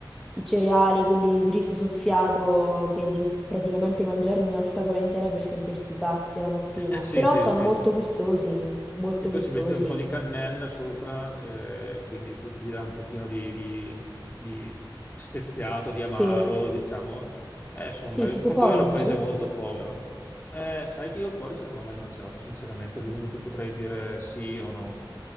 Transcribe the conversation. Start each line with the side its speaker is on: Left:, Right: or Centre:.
Centre: i cereali, quelli di riso soffiato che devi praticamente mangiarne una scatola intera per sentirti sazio la mattina.
Left: <laughs> Sì,
Centre: Però
Left: sì,
Centre: sono
Left: sì.
Centre: molto gustosi, molto
Left: E poi
Centre: gustosi.
Left: ci mette un po' di cannella sopra, eh, quindi che gli dà un pochino di, di- di- di speziato, di
Centre: Sì,
Left: amaro, diciamo. Eh, insomma,
Centre: sì,
Left: il
Centre: tipo
Left: Portogallo
Centre: porridge?
Left: è un paese molto povero. Eh, sai che io il porridge non l'ho mai mangiato, sinceramente, quindi non ti potrei dire sì o no.